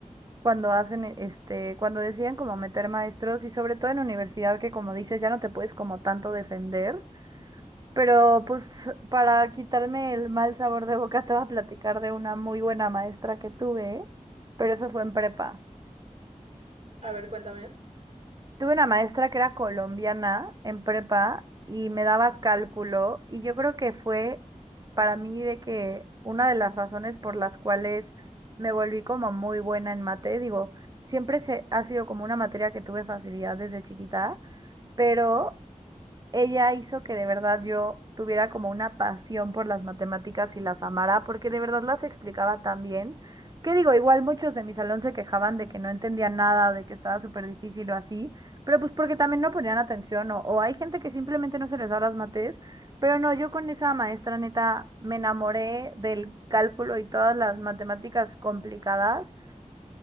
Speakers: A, on the right (about 30°); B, on the right (about 45°).
A: cuando hacen, e- este, cuando deciden como meter maestros y sobre todo en universidad que como dices ya no te puedes como tanto defender. Pero pues para quitarme el mal sabor de boca te voy a platicar de una muy buena maestra que tuve, pero eso fue en prepa.
B: A ver, cuéntame.
A: Tuve una maestra que era colombiana en prepa y me daba cálculo y yo creo que fue para mí de que una de las razones por las cuales me volví como muy buena en mate, digo, siempre se, ha sido como una materia que tuve facilidad desde chiquita, pero ella hizo que de verdad yo tuviera como una pasión por las matemáticas y las amara, porque de verdad las explicaba tan bien. Que digo, igual muchos de mi salón se quejaban de que no entendían nada, de que estaba súper difícil o así, pero pues porque también no ponían atención o, o hay gente que simplemente no se les da las mates, pero no, yo con esa maestra neta me enamoré del cálculo y todas las matemáticas complicadas